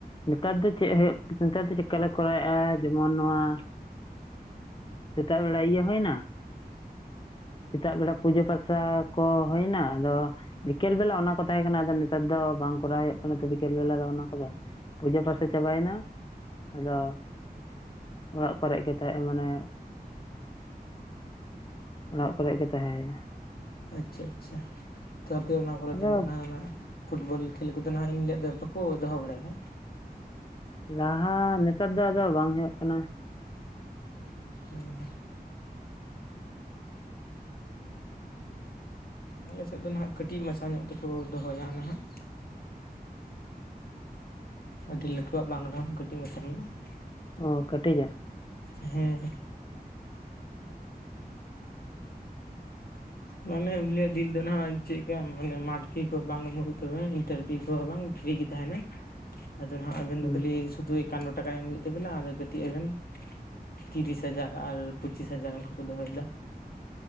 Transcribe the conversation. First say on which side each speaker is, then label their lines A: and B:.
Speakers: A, on the left (about 30°); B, on the left (about 70°).
A: ᱱᱮᱛᱟᱨ ᱫᱚ ᱪᱮᱫ ᱦᱩᱭᱩᱜ ᱱᱮᱛᱟᱨ ᱫᱚ ᱪᱮᱫᱠᱟᱞᱮ ᱠᱚᱨᱟᱣᱮᱫ-ᱟ ᱡᱮᱢᱚᱱ ᱱᱚᱣᱟ ᱥᱮᱛᱟᱜ ᱵᱮᱲᱟ ᱤᱭᱟᱹ ᱦᱩᱭᱮᱱᱟ ᱥᱮᱛᱟᱜ ᱵᱮᱲᱟ ᱯᱩᱡᱟᱹ ᱯᱟᱥᱟ ᱠᱚ ᱦᱩᱭᱱᱟ ᱟᱫᱚ ᱵᱤᱠᱮᱞ ᱵᱮᱞᱟ ᱚᱱᱟ ᱛᱟᱦᱮᱸ ᱠᱟᱱᱟ ᱟᱫᱚ ᱱᱮᱛᱟᱨ ᱫᱚ ᱵᱟᱝ ᱠᱚᱨᱟᱣ ᱦᱩᱭᱩᱜ ᱠᱟᱱᱟ ᱵᱤᱠᱮᱞ ᱵᱮᱞᱟ ᱫᱚ ᱚᱱᱟ ᱠᱚᱫᱚ, ᱯᱩᱡᱟᱹ ᱯᱟᱥᱮ ᱪᱟᱵᱟᱭᱮᱱᱟ ᱟᱫᱚ ᱚᱲᱟᱜ ᱠᱚᱨᱮ ᱜᱮ ᱛᱟᱦᱮᱜ ᱢᱟᱱᱮ ᱚᱲᱟᱜ ᱠᱚᱨᱮ ᱜᱮ ᱛᱟᱦᱮᱸ ᱦᱩᱭᱩᱜ-ᱟ᱾
B: ᱟᱪᱪᱷᱟ ᱟᱪᱪᱷᱟ ᱛᱟ ᱟᱯᱮ ᱚᱱᱟ ᱠᱚᱨᱮ
A: ᱟᱫᱚ
B: ᱫᱚ ᱱᱟᱣᱟᱱᱟᱜ ᱯᱷᱩᱴᱵᱚᱞ ᱠᱷᱮᱞ ᱠᱚᱫᱚ ᱱᱟᱦᱟᱜ ᱮᱱᱦᱤᱞᱳᱜ ᱫᱚ ᱵᱟᱠᱚ ᱫᱚᱦᱚ ᱵᱟᱲᱟᱭᱟ?
A: ᱞᱟᱦᱟ ᱱᱮᱛᱟᱨ ᱫᱚ ᱟᱫᱚ ᱵᱟᱝ ᱦᱩᱭᱩᱜ ᱠᱟᱱᱟ᱾
B: ᱦᱩᱸᱻ ᱟᱞᱮ ᱥᱮᱫ ᱫᱚ ᱱᱟᱦᱟᱜ ᱠᱟᱹᱴᱤᱡ ᱢᱟᱪᱷᱟ ᱧᱚᱜ ᱛᱮᱠᱚ ᱫᱚᱦᱚᱭᱟ ᱱᱟᱦᱟᱜ᱾ ᱟᱹᱰᱤ ᱞᱟᱹᱴᱩᱣᱟᱜ ᱵᱟᱝ ᱨᱮᱦᱚᱸ ᱠᱟᱹᱴᱤᱡ ᱢᱟᱪᱷᱟ <unintelligible>
A: ᱚ ᱠᱟᱹᱴᱤᱡᱟᱜ?
B: ᱦᱮᱸᱻ ᱢᱟᱱᱮ ᱩᱱᱤᱞᱤᱭᱟᱜ ᱫᱤᱱ ᱫᱚ ᱦᱟᱜ ᱪᱮᱫ ᱞᱮᱠᱟ ᱢᱟᱱᱮ ᱢᱟᱴ ᱯᱷᱤ ᱠᱚᱚᱸ ᱵᱟᱝ ᱮᱢᱚᱜ ᱦᱩᱭᱩᱜ ᱛᱟᱵᱮᱱᱟ ᱤᱱᱴᱟᱨᱯᱷᱤ ᱠᱚᱦᱚᱸ ᱵᱟᱝ, ᱯᱷᱨᱤᱜ ᱜᱮ ᱛᱟᱦᱮᱱᱟ? ᱟᱫᱚ ᱱᱟᱦᱟᱜ ᱟᱵᱮᱱ
A: ᱦᱩᱸ
B: ᱫᱚ ᱠᱷᱟᱹᱞᱤ ᱥᱩᱫᱷᱩ ᱮᱠᱟᱱᱱᱚ ᱴᱟᱠᱟ ᱮᱢ ᱦᱩᱭᱩᱜ ᱛᱟᱵᱮᱱᱟ ᱜᱟᱛᱮᱜ ᱟᱵᱮᱱ ᱛᱤᱨᱤᱥ ᱦᱟᱡᱟᱨ ᱟᱨ ᱯᱚᱸᱪᱤᱥ ᱦᱟᱡᱟᱨ ᱚᱱᱠᱟ ᱠᱚ ᱫᱚᱦᱚᱭᱮᱫᱟ,